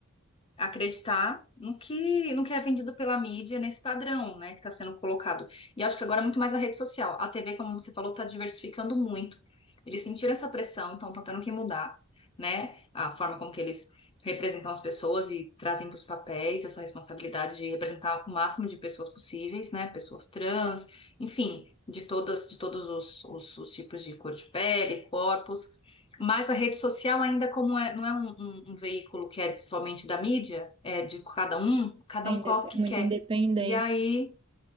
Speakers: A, on the left; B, on the right.
A: acreditar no que, no que é vendido pela mídia nesse padrão, né, que está sendo colocado. E acho que agora é muito mais a rede social. A TV, como você falou, está diversificando muito. Eles sentiram essa pressão, então estão tendo que mudar, né, a forma como que eles representam as pessoas e trazem para os papéis essa responsabilidade de representar o máximo de pessoas possíveis, né, pessoas trans, enfim, de todas, de todos os, os os tipos de cor de pele, corpos. Mas a rede social ainda como é, não é um, um- um veículo que é somente da mídia, é de cada um, cada
B: é,
A: um
B: inde-
A: coloca
B: é
A: o que
B: muito
A: quer.
B: independente.
A: E aí